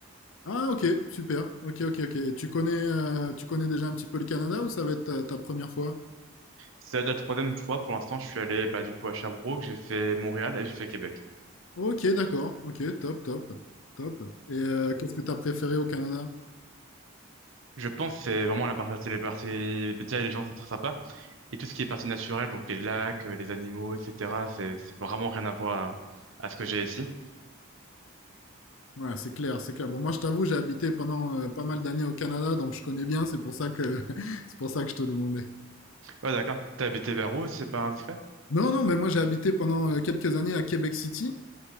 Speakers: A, on the left; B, on the right.
A: Ah, ok, super. Ok, ok, ok. Et Tu connais, euh, tu connais déjà un petit peu le Canada ou ça va être ta, ta première fois?
B: C'est la troisième fois pour l'instant, je suis allé bah, du coup à Sherbrooke, j'ai fait Montréal et j'ai fait Québec.
A: Ok, d'accord. Ok, top, top, top. Et euh, qu'est-ce que t'as préféré au Canada?
B: Je pense que c'est vraiment la partie, les parties, déjà les gens sont très sympas et tout ce qui est partie naturelle, donc les lacs, euh, les animaux, etc., c'est c'est vraiment rien à voir à à ce que j'ai ici.
A: Ouais, c'est clair, c'est clair. Bon, moi, je t'avoue, j'ai habité pendant euh, pas mal d'années au Canada, donc je connais bien. C'est pour ça que, <laughs> c'est pour ça que je te demandais.
B: Ouais, d'accord. T'as habité vers où, si c'est pas indiscret?
A: Non, non, mais moi j'ai habité pendant euh, quelques années à Québec City